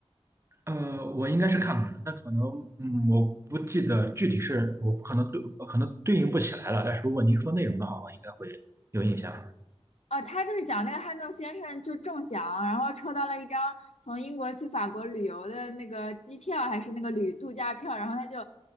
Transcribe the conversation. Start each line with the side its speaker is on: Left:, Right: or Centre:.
Right: 呃，我应该是看过的，那可能，嗯，我不记得具体是，我不可能对，可能对应不起来了。但是如果您说内容的话，我应该会有印象。
Left: 啊，他就是讲那个憨豆先生就中奖，然后抽到了一张从英国去法国旅游的那个机票，还是那个旅度假票，然后他就